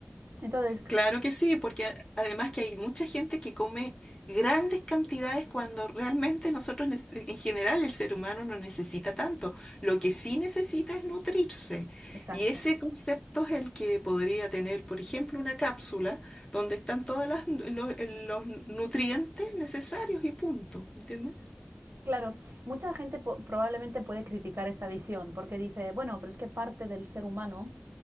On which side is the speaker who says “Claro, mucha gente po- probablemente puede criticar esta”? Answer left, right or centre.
Right